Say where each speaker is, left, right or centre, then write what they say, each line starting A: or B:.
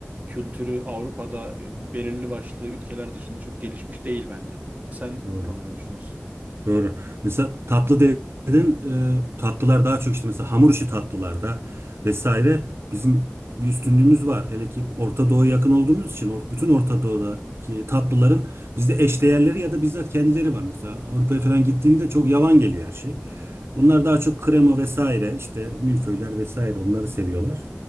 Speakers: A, on the right; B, on the right.
A: kültürü Avrupa'da e, belirli başlı ülkeler dışında çok gelişmiş değil bence. Sen
B: doğru.
A: bu konuda ne düşünüyorsun?
B: Doğru. Mesela tatlı dedin, e, tatlılar daha çok işte mesela hamur işi tatlılarda vesaire bizim bir üstünlüğümüz var. Hele ki Orta Doğu'ya yakın olduğumuz için or- bütün Orta Doğu'daki tatlıların bizde eşdeğerleri ya da bizzat kendileri var. Mesela Avrupa'ya falan gittiğinde çok yavan geliyor her şey. Onlar daha çok krema vesaire işte milföyler vesaire onları seviyorlar.